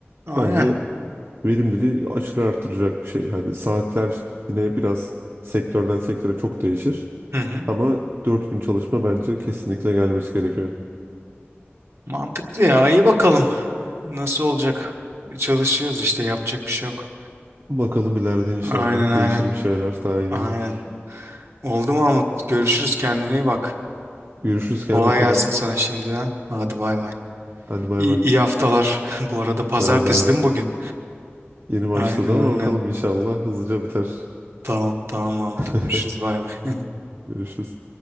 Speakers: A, on the right (about 70°); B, on the right (about 55°).
A: Aynen.
B: Bence verimliliği aşırı artıracak bir şey. Hani saatler yine biraz sektörden sektöre çok değişir.
A: Hı hı.
B: Ama 4 gün çalışma bence kesinlikle gelmesi gerekiyor.
A: Mantıklı ya. İyi bakalım. Nasıl olacak? Çalışıyoruz işte yapacak bir şey yok.
B: Bakalım ileride inşallah
A: Aynen aynen.
B: değişir bir şeyler daha iyi
A: Aynen.
B: olur.
A: Oldu Mahmut. Görüşürüz. Kendine iyi bak.
B: Görüşürüz
A: Kolay
B: kendi Kenan.
A: gelsin sana şimdiden. Hadi bay bay.
B: Hadi bay
A: İyi,
B: bay.
A: iyi haftalar. <laughs> Bu arada pazartesi
B: Sana da
A: değil mi bugün?
B: yeni başladı
A: Aynen
B: ama
A: aynen.
B: bakalım inşallah hızlıca biter.
A: Tamam tamam Mahmut.
B: <laughs>
A: Görüşürüz. Bay bay.
B: Görüşürüz.